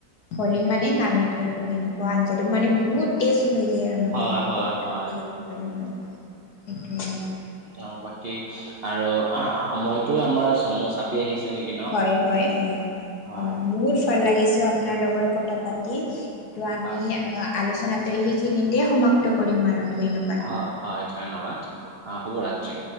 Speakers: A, on the left (about 60°); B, on the right (about 50°).
A: হলি মানে নামি থোৱে আৰু সেনেকুৱা আঞ্জাটো, মানে বহুত টেষ্ট হৈ যায় আৰু মানে,
B: হয়,
A: <inaudible>
B: হয়,
A: সেইটোৱে
B: হয়।
A: আৰু।
B: অ বাকী আৰু সময়টো আমাৰ চমু চাপ আহিছে নেকি ন
A: হয় হয় হয়
B: হয়,
A: বহুত ভাল লাগিছো আপোনাৰ লগত কথা পাতি, টো আমি
B: হয়,
A: আলোচনাত এই সেইখিনিতে সমাপ্ত কৰিম আৰু ধন্যবাদ।
B: অহ হয় ধন্যবাদ অ শুভৰাত্ৰি।